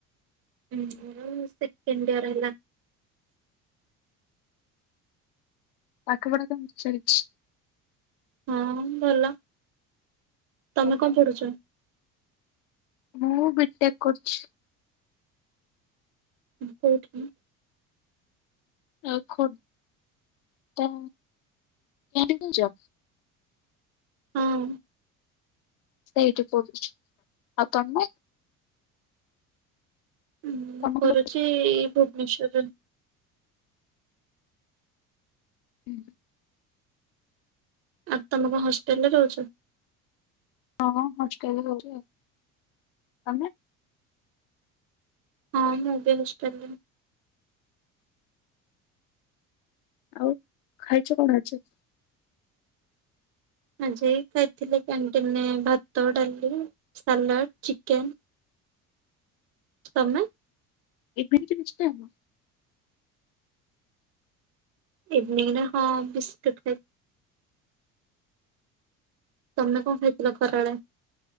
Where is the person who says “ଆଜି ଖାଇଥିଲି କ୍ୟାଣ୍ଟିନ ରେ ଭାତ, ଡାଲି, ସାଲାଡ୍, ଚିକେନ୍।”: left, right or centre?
Right